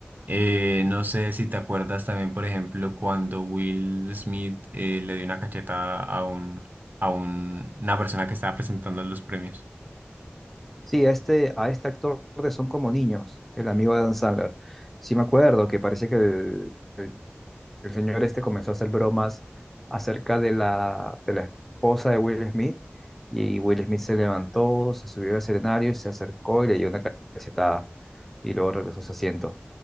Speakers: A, on the right; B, in the centre.
A: Eh, no sé si te acuerdas también, por ejemplo, cuando Will Smith eh, le dio una cacheta a un, a un- una persona que estaba presentando los premios.
B: Sí, a este, a este actor de Son como niños, el amigo de Dan Sandler. Sí me acuerdo que parece que el, El señor este comenzó a hacer bromas acerca de la, de la esposa de Will Smith y Will Smith se levantó, se subió al escenario y se acercó y le dio una cachetada y luego regresó a su asiento.